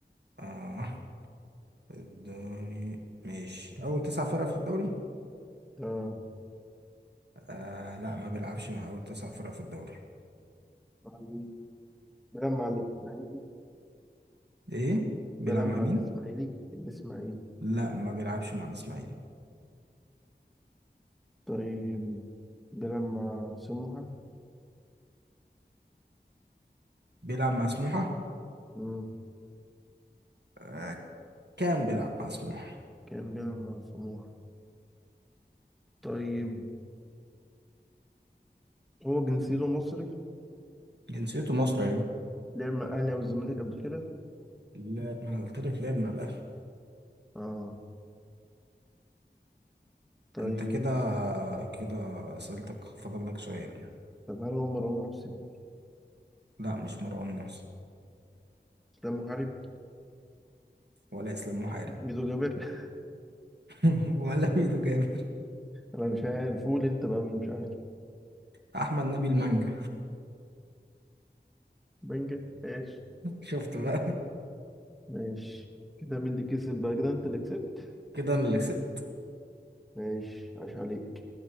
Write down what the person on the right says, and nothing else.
أه الدوري ماشي أول تسع فرق في الدوري
آه لا ما بيلعبش مع أول تسع فرق في الدوري
إيه بيلعب
مع
مين؟
لا ما بيلعبش مع الإسماعيلي
بيلعب مع سموحة
آه كان بيلعب مع سموحة
جنسيته مصري أيوة
لا ما أنا قلت لك لعب مع الأهلي
أنت كده كده أسئلتك فاضل لك سؤال
لا مش مروان محسن
ولا إسلام محارب
<laughs> ولا ميدو جابر
أحمد نبيل مانجا
<laughs> شفت بقى
كده أنا اللي كسبت